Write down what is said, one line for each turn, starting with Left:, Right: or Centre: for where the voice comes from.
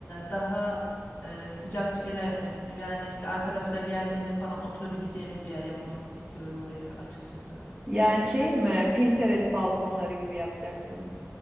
Left: daha ee, sıcak bir şeyler yapmak istiyorum. Yani işte arkadaşlar geldiğinde falan oturabileceğimiz bir yer yapmak istiyorum orayı açıkçası.
Centre: Yani şey mi Pinterest balkonları gibi yapacaksın.